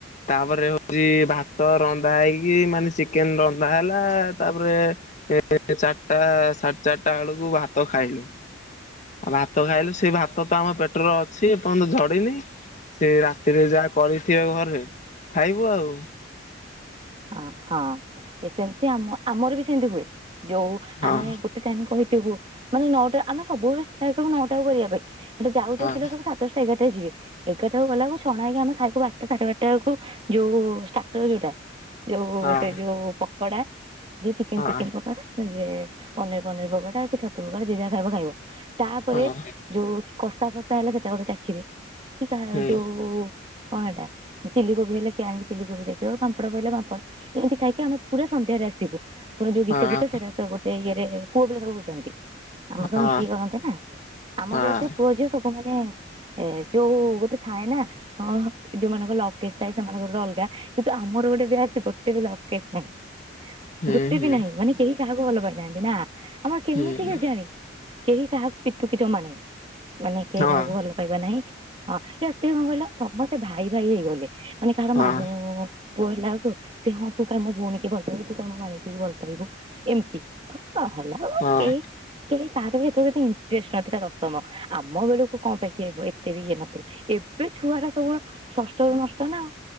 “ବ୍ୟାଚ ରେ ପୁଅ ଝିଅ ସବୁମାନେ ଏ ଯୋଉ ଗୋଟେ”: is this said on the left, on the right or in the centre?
Right